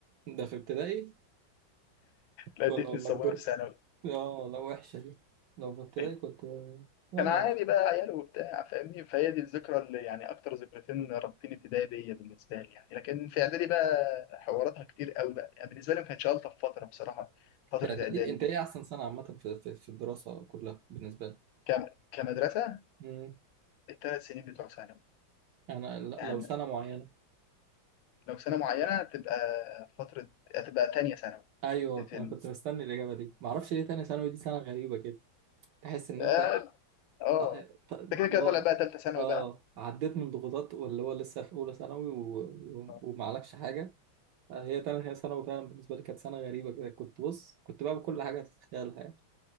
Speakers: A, on the right (about 70°); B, on the left (about 75°).
A: ده في ابتدائي
B: لا ادتني
A: ولا لما
B: الصابونه
A: كبرت
B: في ثانوي
A: اه لا وحشة دي لو في ابتدائي
B: <laughs>
A: كنت يلا
B: كان عادي
A: بس
B: بقى عيال وبتاع فاهمني فهي دي الذكرى اللي يعني اكتر ذكرتين رابطين ابتدائي بيا بالنسبه لي يعني لكن في اعدادي بقى حواراتها كتير قوي بقى يعني بالنسبه لي ما كانتش الطف فتره بصراحه فتره
A: في اعدادي
B: اعدادي
A: انت
B: دي
A: ايه احسن سنة عامة في في في الدراسة كلها بالنسبة لك
B: كم كمدرسة
A: مم.
B: الثلاث سنين بتوع ثانوي
A: انا لا-
B: يعني
A: لو سنة معينة
B: لو سنة معينة تبقى فترة هتبقى تانية ثانوي
A: ايوه
B: في
A: انا
B: ال...
A: كنت مستني الاجابة دي معرفش ليه تاني ثانوي دي سنة غريبة كده تحس ان
B: اه
A: انت
B: آه.
A: ط- ط- اللي
B: انت كده كده
A: هو
B: طالع بقى تالتة ثانوي
A: اه
B: بقى
A: عديت من ضغوطات واللي هو لسه في اولى ثانوي و... و...
B: آه.
A: ومعلكش حاجه هي تاني هي ثانوي فعلا بالنسبه لي كانت سنه غريبه كده كنت بص كنت بعمل كل حاجه تتخيلها